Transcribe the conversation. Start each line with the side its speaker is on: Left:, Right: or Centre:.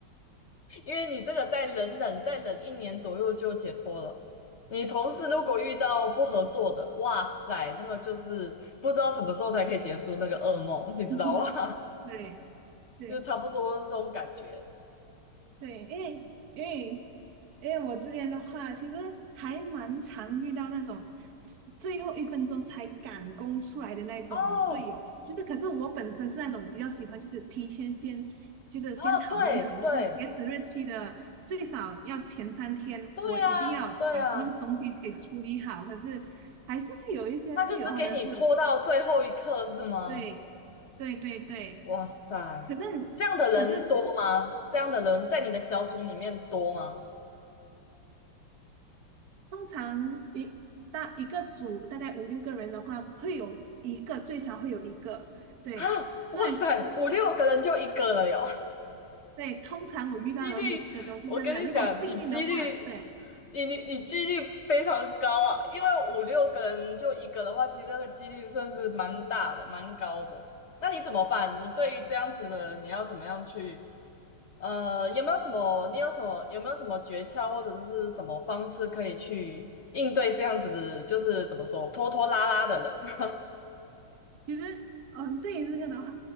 Left: <laughs> 因为你这个再忍忍，再忍一年左右就解脱了。你同事如果遇到不合作的，哇塞，那个就是不知道什么时候才可以结束那个噩梦，你知道吗？
Right: <laughs>
Left: <laughs>
Right: 对。对
Left: 就差不多这种感觉。
Right: 对，因为因为因为我这边的话，其实还蛮常遇到那种最后一分钟才赶工出来的那种队友，
Left: 哦，
Right: 就是可是我本身是那种比较喜欢，就是提前先就是先讨论好，
Left: 啊，对对
Right: 就是截止日期的最少要前三天，
Left: 对呀，
Right: 我一定要把那个东西给处理好。
Left: 对呀，
Right: 可是还是会有一些队友他们是
Left: 他就是给你拖到最后一刻是吗？
Right: 对对对对，
Left: 哇塞，
Right: 可是
Left: 这样的人多吗？
Right: 可是
Left: 这样的人在你的小组里面多吗？
Right: 通常一大一个组大概五六个人的话，会有一个最少会有一个。对，
Left: 啊，哇塞，
Right: 重点是，
Left: 五六个人就一个了哟。
Right: 对，通常我遇到的都的都是这样的。
Left: 几率，我跟你讲，
Right: 如果幸运的话，
Left: 你几率，
Right: 对，
Left: 你你你几率非常高啊，因为五六个人就一个的话，其实那个几率算是蛮大的，蛮高的。那你怎么办？你对于这样子的人，你要怎么样去？呃，有没有什么？你有什么？有没有什么诀窍或者是什么方式可以去应对这样子的？就是怎么说，拖拖拉拉的人？
Right: 其实，嗯，对于这个的话，